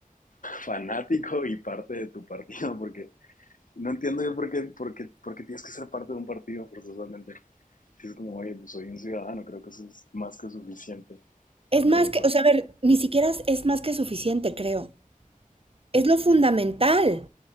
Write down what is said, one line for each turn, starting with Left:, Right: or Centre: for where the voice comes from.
Left: fanático y parte de tu partido? <laughs> Porque No entiendo yo por qué, por qué- por qué tienes que ser parte de un partido forzosamente. Si es como, oye, pues soy un ciudadano, creo que eso es más que suficiente
Right: Es más
Left: como
Right: que,
Left: para...
Right: o sea, a ver,
Left: ¿no?
Right: ni siquiera es es más que suficiente, creo. Es lo fundamental.